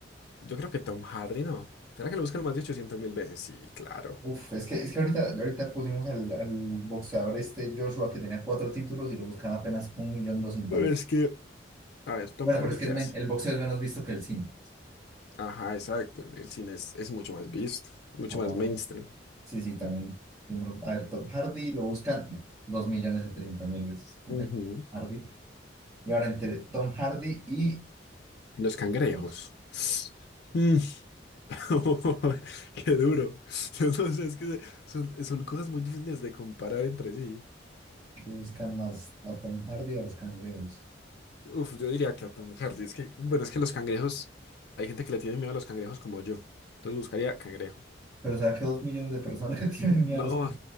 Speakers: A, on the left; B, on the right.
A: Yo creo que Tom Hardy no. ¿Será que lo buscan más de 800 mil veces? Sí, claro.
B: Uf, es que, es que ahorita, ahorita pusimos al, al boxeador este Joshua que tenía cuatro títulos y lo buscan apenas un millón doscientas
A: Pero
B: mil.
A: es que, a ver, Tom
B: Bueno,
A: Hardy,
B: pero es que
A: ¿qué
B: es
A: hace?
B: men- el boxeo es menos visto que el cine.
A: Ajá, exacto. El el cine es, es mucho más visto, mucho
B: Ah,
A: más mainstream.
B: Sí, sí, también. Piénsalo. A ver, Tom Hardy lo buscan no, dos millones setecientos mil veces. Ok,
A: Ujú.
B: Hardy. Y ahora entre Tom Hardy y
A: Y Los cangrejos.
B: los
A: Mm. <laughs> Qué duro. Yo no sé, es que se- son, son cosas muy difíciles de comparar entre sí.
B: que buscan más a Tom Hardy o a los cangrejos.
A: Uf, yo diría que a Tom Hardy. Es que, bueno, es que los cangrejos, hay gente que le tiene miedo a los cangrejos como yo. Entonces buscaría cangrejos.
B: Pero o sea que dos millones de personas <laughs> tienen miedo
A: No,
B: a los